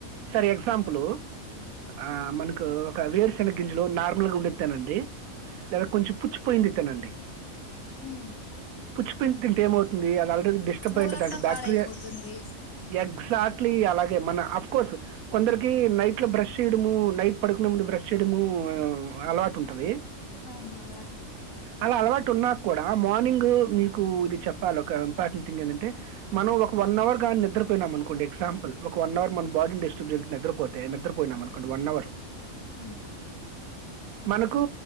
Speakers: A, on the right; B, on the left.
A: ఫర్ ఎగ్జాంపుల్ ఆ మనకు ఒక వేరుశెనగ గింజలో నార్మల్గా ఉండెది తినండి లేద కొంచెం పుచ్చి పోయింది తినండి
B: మ్
A: పుచ్చి పోయింది తింటే ఏమవుతు ఉంది అది ఆల్రెడీ డిస్టర్బ్
B: నోరంతా
A: అయి ఉంటుంది దానికి బ్యాక్టీరియా
B: పాడైపోతుంది.
A: ఎగ్జాక్ట్ అలాగే మన కోర్స్ కొందరికి నైట్లో బ్రష్ చేయడము నైట్ పడుకున్న ముందు బ్రష్ చేయడము అలవాటు ఉంటది
B: అవును అలవాటు
A: అలా అలవాటు ఉన్నా కూడా మార్నింగ్ మీకు ఇది చెప్పాల ఇంపార్టెంట్ థింగ్ ఏంటంటే మనం ఒక వన్ అవర్ గానీ నిద్రపోయినాం అనుకోండి ఎగ్జాంల్ వన్ అవర్ మనం బాడీను డిస్టర్బ్ చేయకుండా నిద్రపోతే నిద్రపోయినాం అనుకొండి వన్ అవర్
B: మ్
A: మనకు